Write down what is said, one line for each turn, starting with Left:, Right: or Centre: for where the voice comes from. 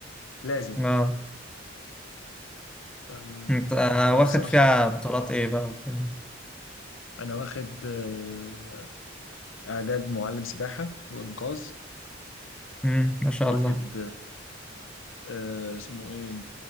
Left: لازم
Centre: اه
Left: أم،
Centre: انت آه،
Left: انا
Centre: واخد
Left: الصراحة
Centre: فيها بطولات ايه بقى وكده
Left: انا واخد آه، اعداد معلم سباحة وانقاذ
Centre: امم ما شاء
Left: واخد
Centre: الله
Left: آه اسمه ايه